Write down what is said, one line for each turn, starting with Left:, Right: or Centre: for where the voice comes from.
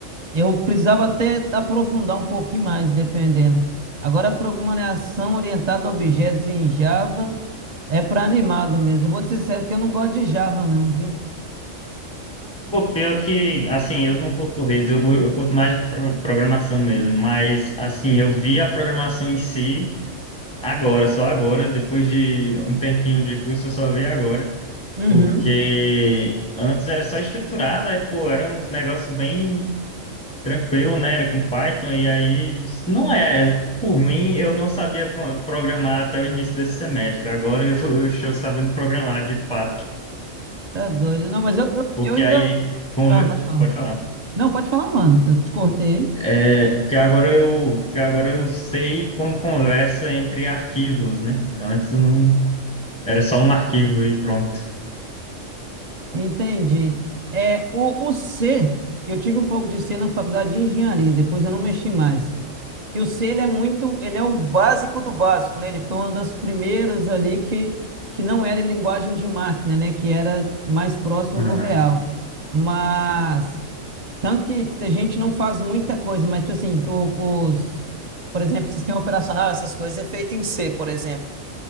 Right: Eu precisava até aprofundar um pouquinho mais, dependendo. Agora, programação orientada a objetos em Java é para animado mesmo. Eu vou te ser sincero que eu não gosto de Java, não, viu?
Centre: pior que, assim, eu não curto redes, eu, eu curto mais pro- programação mesmo, mas, assim, eu vi a programação em si agora, só agora, depois de um tempinho de curso, eu só vi agora,
Right: Uhum.
Centre: porque antes era só estruturada, aí, pô, era uns negócios bem tranquilo, né? Era com Python, e aí não é. Por mim, eu não sabia co- programar até o início desse semestre. Agora eu, <laughs> eu estou sabendo programar de fato.
Right: Tá doido. Não, mas eu, eu,
Centre: Porque
Right: eu ainda.
Centre: aí. conver-
Right: Ah, pode falar.
Centre: Pode falar.
Right: Não, pode falar, mano. Eu te cortei aí.
Centre: É, porque agora eu, porque agora eu sei como conversa entre arquivos, né? Antes eu não. Era só um arquivo e pronto.
Right: Entendi. É, o, o C, eu tive um pouco de C na faculdade de engenharia, depois eu não mexi mais. que o C ele é muito, ele é o básico do básico, né? Ele foi uma das primeiras ali que, que não era em linguagem de máquina, né? Que era mais próximo
Centre: Aham.
Right: do real. Mas tanto que a gente não faz muita coisa, mas tipo assim, o- os, por exemplo, sistema operacional, essas coisas é feito em C, por exemplo.